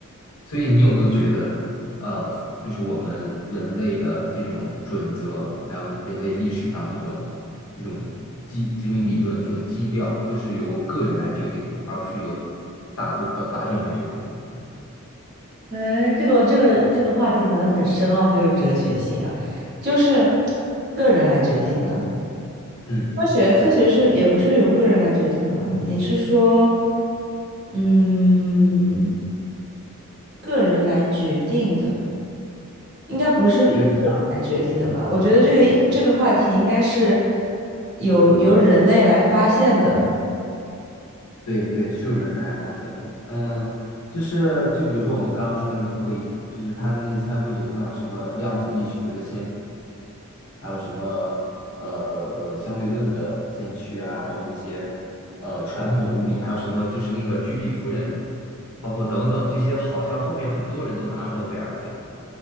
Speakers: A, on the left (about 85°); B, on the right (about 50°).
A: 所以你有没有觉得，呃，就是我们人类的这种准则，还有人类历史上这种这种基这种理论、这种基调，都是由个人来决定的，而不是由大众呃大众来决定的。
B: 哎，这个这个这个话题好像很深奥，很有哲学性啊，就是个人来决定的。
A: 嗯，
B: 科学科学是也不是由个人来决定的吧？你你是说，嗯，个人来决定的。应该不是个人
A: 就你像。
B: 来决定的吧？我觉得这个这个话题应该是由由人类来发现的，
A: 对对，是有人来发现，嗯，就是就比如说我们刚刚说的那个会议，就是他们那些参会者，像什么量子力学的，还有什么呃呃相对论的先驱啊，还有那些呃传统物理，还有什么就是那个居里夫人，包括等等这些，好像后面很多人都拿了诺贝尔奖，